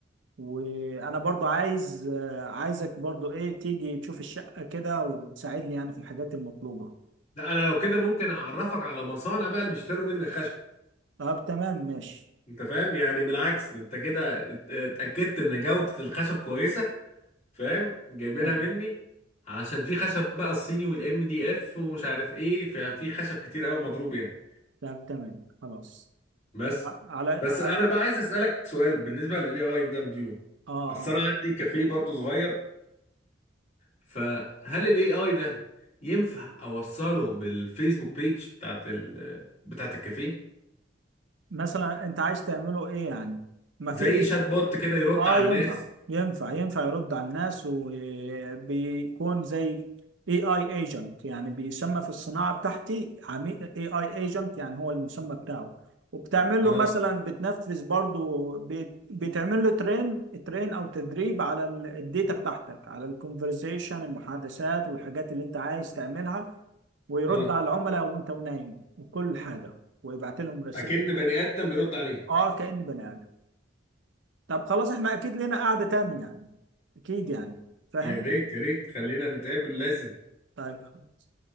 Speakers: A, on the right; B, on the left.
A: وانا برضو عايز آه، عايزك برضو ايه تيجي تشوف الشقة كده وتساعدني يعني في الحاجات المطلوبة
B: ده انا لو كده ممكن اعرفك على مصانع بقى اللي بيشتروا مني الخشب
A: طب تمام ماشي
B: انت فاهم يعني بالعكس انت كده ات- اتاكدت ان جوده الخشب كويسه فاهم جايبينها
A: تمام
B: مني علشان في خشب بقى الصيني والام دي اف ومش عارف ايه ففي خشب كتير قوي مضروب يعني
A: طب تمام خلاص
B: بس
A: على
B: بس
A: على
B: انا بقى عايز اسالك سؤال بالنسبه للاي اي ده مديون
A: اه
B: اصل
A: اه
B: انا عندي كافيه برضو صغير فهل الاي اي ده ينفع اوصله بالفيسبوك بيج بتاعت ال بتاعت الكافيه
A: مثلا انت عايز تعمله ايه يعني ما
B: زي
A: في
B: شات بوت كده يرد
A: اه
B: على
A: ينفع
B: الناس
A: ينفع ينفع يرد على الناس وبيكون زي اي اي ايجنت يعني بيسمى في الصناعه بتاعتي عميل اي اي ايجنت يعني هو المسمى بتاعه وبتعمل
B: اه
A: له مثلا بتنفذ برضو بت- بتعمل له ترين ترين او تدريب على ال- الداتا بتاعتك على الكونفرزيشن المحادثات والحاجات اللي انت عايز تعملها ويرد
B: اه
A: على العملاء وانت ونايم وكل حاجه ويبعت لهم رسائل
B: اكن بني ادم بيرد عليه
A: اه كأني بني آدم طب خلاص احنا اكيد لنا قعدة تاني يعني اكيد يعني فاهم
B: يا ريت يا ريت خلينا نتقابل لازم
A: طيب خلاص.